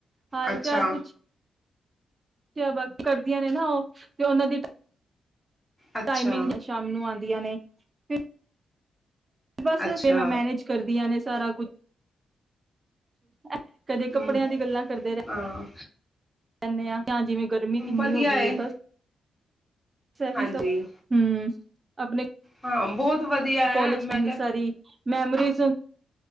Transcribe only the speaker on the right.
ਹਾਲ
ਚਾਲ ਪੁੱਛ ਕਿਆ ਬਾਤ ਕਰਦੀਆਂ ਨੇ ਨਾ ਉਹ ਤੇ ਉਹਨਾਂ ਦੀ
ਟਾਈਮਿੰਗ ਜਾਂ ਸ਼ਾਮ ਨੂੰ ਆਂਦ ਆਂ ਨੇ ਫ <unintelligible> ਬਸ,
ਜੇ ਮੈਂ ਮੈਨੇਜ ਕਰਦੀ ਆ ਨੇ ਸਾਰਾ ਕੁਛ ਅੱ ਕਦੇ
ਕੱਪੜਿਆਂ ਦੀ ਗੱਲਾਂ ਕਰਦੇ ਰਹਿ
ਰਹਦੇ ਆ ਹ, ਜਿਵੇਂ ਗਰਮੀ ਕਿੰਨੀ
ਹੋ ਗਈ
ਹੈ, ਬਸ। ਸਹੀ
ਸ ਹਮ, ਆਪਣੇ
ਕੋਲਜ
ਇੰਨੀ
ਸਾਰੀ ਮੈਮਰੀਜ਼